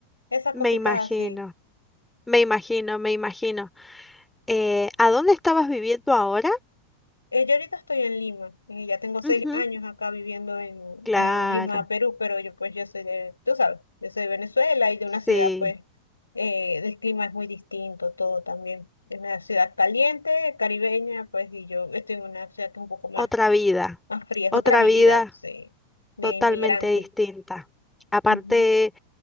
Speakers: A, on the left; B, in the centre.
A: esas
B: Me
A: cositas
B: imagino,
A: así.
B: me imagino, me imagino. Eh, ¿a dónde estabas viviendo ahora?
A: Eh, yo ahorita estoy en Lima, eh, ya tengo seis
B: Ujú,
A: años acá viviendo en,
B: claro,
A: en Lima, Perú, pero yo pues yo soy de, tú sabes, yo soy de Venezuela y de una ciudad
B: sí.
A: pues eh, el clima es muy distinto, todo también. Es una ciudad caliente, caribeña, pues y yo estoy en una ciudad que es un poco más,
B: Otra vida,
A: más fría, es
B: otra
A: otra vida,
B: vida
A: sí, de
B: totalmente
A: inmigrante.
B: distinta. Aparte,
A: Ujú.